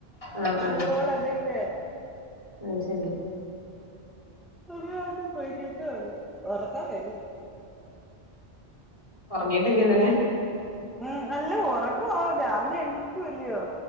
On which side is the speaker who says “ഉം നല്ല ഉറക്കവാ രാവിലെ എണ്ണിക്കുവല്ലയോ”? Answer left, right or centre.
Centre